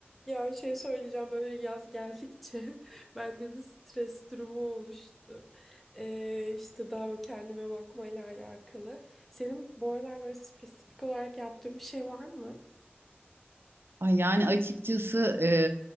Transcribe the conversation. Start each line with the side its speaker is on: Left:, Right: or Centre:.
Centre: Ya şey söyleyeceğim böyle yaz geldikçe <laughs> bende bir stres durumu oluştu. Ee, işte daha böyle kendime bakmayla alakalı. Senin bu aralar böyle spesifik olarak yaptığın bir şey var mı?
Right: Ay yani açıkçası e,